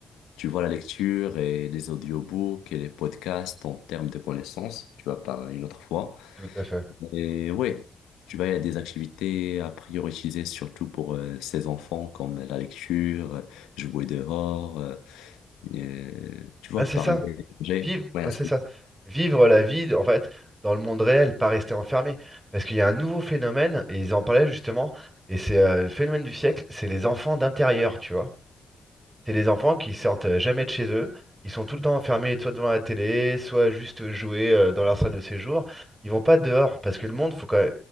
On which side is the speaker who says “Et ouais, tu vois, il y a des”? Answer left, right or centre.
Left